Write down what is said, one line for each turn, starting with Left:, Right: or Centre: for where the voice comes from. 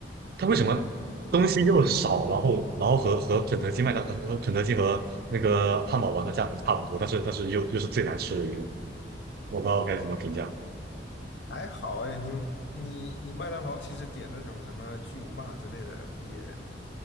Right: 它为什么东西又少，然后然后和和肯德基、麦当呃和肯德基和那个汉堡王的价格差不多，但是但是又又是最难吃的一个，我不知道该怎么评价，
Left: 还好哎，你你你麦当劳其实点那种什么巨无霸之类的也